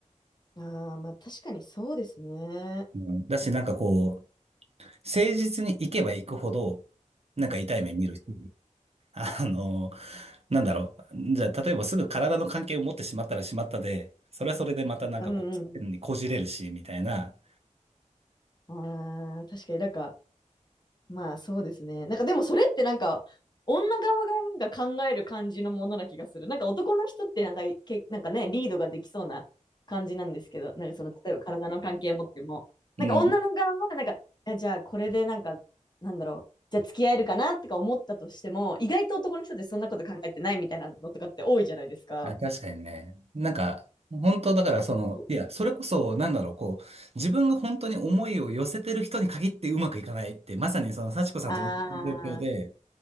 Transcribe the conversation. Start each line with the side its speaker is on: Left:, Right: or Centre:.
Left: ん。ああ、まあ確かにそうですね。
Right: うんだしなんかこう、誠実に行けば行くほど、なんか痛い目見るし、あの、なんだろう、じゃあ例えばすぐ体の関係を持ってしまったらしまったで、それはそれでまたなんかこう、
Left: うん、うん。
Right: 変にこじれるし、みたいな。
Left: ああ、確かになんか、まあそうですね。なんかでもそれってなんか女側がなんか考える感じのものな気がする。なんか男の人ってなんかいけなんかね、リードができそうな感じなんですけど、なんかその例えば体の関係持っても、
Right: うん。
Left: なんか女の側はなんか、いやじゃあこれでなんか、なんだろう、じゃあ付き合えるかなとか思ったとしても、意外と男の人ってそんなこと考えてないみたいなのとかって多いじゃないですか。
Right: あ確かにね。なんか、本当だからその、
Left: そう
Right: いや、それこそ、なんだろう、こう、自分が本当に思いを寄せてる人に限ってうまくいかないって、まさにその幸子さんと同じ状況で、
Left: ああ、